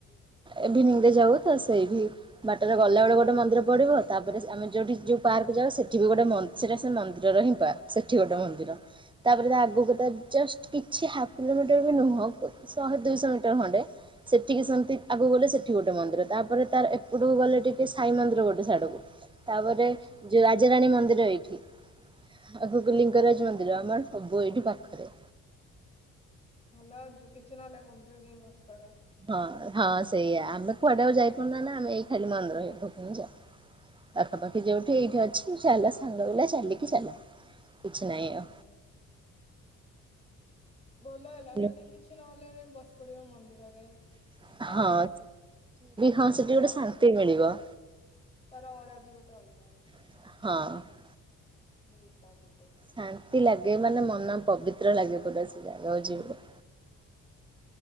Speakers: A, on the right (about 15°); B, on the left (about 20°).
A: ଏମତି <unintelligible> ଯାଉ ତ ସେଇଠି ବାଟରେ ଗଲାବେଳେ ଗୋଟେ ମନ୍ଦିର ପଡ଼ିବ। ତାପରେ ଆମେ ଯୋଉଠି ଯୋଉ ପାର୍କ ଯାଉ ସେଠି ବି ଗୋଟେ ମନ୍ଦ ସେଇଟା ସେଇ ମନ୍ଦିରର ହିଁ ତା ସେଠି ଗୋଟେ ମନ୍ଦିର। ତାପରେ ତା ଆଗକୁ ତ ଜଷ୍ଟ କିଛି ହାଫ୍ କିଲୋମିଟର ବି ନୁହଁ। ଶହେ ଦୁଇଶହ ମିଟର ଖଣ୍ଡେ। ସେତିକି ସେମିତି ଆଗକୁ ଗଲେ ସେଠି ଗୋଟେ ମନ୍ଦିର ତାପରେ ତାର ଏପଟକୁ ଗଲେ ଟିକେ ସାଇ ମନ୍ଦିର ଗୋଟେ ସାଆଡ଼କୁ। ତାପରେ
B: ଆଚ୍ଛା
A: ଯୋଉ ରାଜାରାଣୀ ମନ୍ଦିର ଏଇଠି। ଆଗକୁ ଲିଙ୍ଗରାଜ
B: ହୁଁ
A: ମନ୍ଦିର ଆମର ସବୁ ଏଇଠି ପାଖରେ।
B: ଭଲ ଯୋଉ କିଛି ନ ହେଲେ ମନ୍ଦିରରେ ଯାଇ ବସି ପଡ଼।
A: ହଁ ହଁ ସେଇଆ ଆମେ କୁଆଡ଼େ ଆଉ ଯାଇପାରୁନୁ ନା ଆମେ ଏଇ ଖାଲି ମନ୍ଦିର ହେରିକାକୁ ହିଁ ଯା ପାଖାପାଖି ଯୋଉଠି ଏଇଠି ଅଛି ଚାଲ ସାଙ୍ଗପିଲା ଚାଲିକି ଚାଲ। କିଛି ନାହିଁ ଆଉ।
B: ହୁଁ ଭଲ ହେଲା
A: ହ୍ୟାଲୋ।
B: କାହିଁକି ନା କିଛି ନହେଲେ ବସି ପଡ଼ିବ ମନ୍ଦିରରେ।
A: ହଁ <unintelligible>
B: ତାର
A: ହଁ ସେଠି ଗୋଟେ
B: ତା
A: ଶାନ୍ତି ମିଳିବ।
B: ତାର ଅରା ବି ଗୋଟେ ଅଲଗା ହିଁ
A: ହଁ।
B: ବହୁତ ପଜିଟିଭ।
A: ଶାନ୍ତି ଲାଗେ ମାନେ ମନ ପବିତ୍ର ଲାଗେ ଗୋଟା ସେ ଜାଗାକୁ ଯିବୁ।